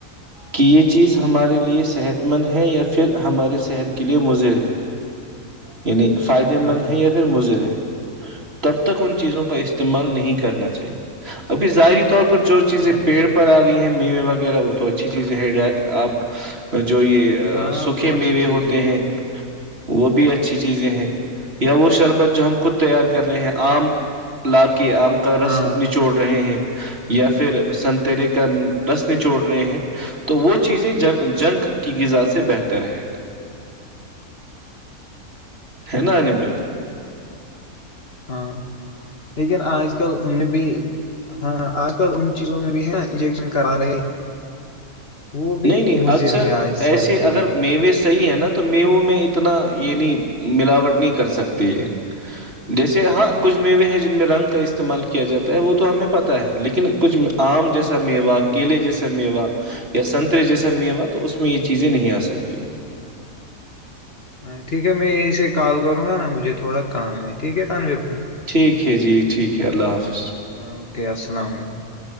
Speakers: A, on the right (about 40°); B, on the left (about 40°).
A: کہ یہ چیز ہمارے لیے صحت مند ہے یا پھر ہمارے صحت کے لیے مضر ہے یعنی فائدہ
B: ہاں
A: مند ہیں یا پھر مضر ہے تب تک ان چیزوں کا اس استعمال
B: ہاں
A: نہیں کرنا چاہیے اب کی ظاہر طور پر جو چیزیں
B: ہاں
A: پیڑ
B: ہاں
A: پر آ رہی ہیں می وغیرہ ہو اچھی چیزیں ہیں آپ جو یہ
B: ہاں
A: سوکھے
B: وہ
A: میوے
B: اچھی چیز
A: ہوتے
B: ہے
A: ہیں وہ بھی اچھی چیزیں ہیں یا وہ شربت جو ہم خود تیار کر رہے ہیں عام للا کے آم کا رس
B: ہاں
A: نچوڑ رہے ہیں یا پھر سنترے کا رسن چوڑ رہے ہیں تو وہ چیزیں جنک کی غذا سے بہتر ہے ہے نا انم بھائی
B: ہاں لیکن آج کل ان بھی ہاں آج کل ان چیزوں میں بھی ہے انجیکشن کرا رہے وہ بھی
A: نہیں نہیں
B: مضر
A: اکثر
B: ہے آج صحت
A: ایسے
B: کے
A: اگر
B: لیے
A: میوس صحی ہے نا تو میوو میں اتنا نہیں ملاوٹ نہیں کر سکتی یہ جیسے ہاں کچھ میوے ہیں جن میں رنگ کا استعمال کیا جاتا ہے وہ تو ہمیں پتا ہے لیکن کچھ آم جیسا میوا
B: ہاں
A: کیلے جیسا میوا <unintelligible> یا سنتر جیسا می ہوا تو اس میں یہ چیزیں نہیں آ سکتی
B: ہاں ٹھیک ہے میں یہیں سے کال کروں گا نا مجھے تھوڑا کام ہے ٹھیک ہے تانویر بھائی
A: ٹھیک ہے جی ٹھیک ہے اللہ حافظ
B: ہ اوکے السلام علیکم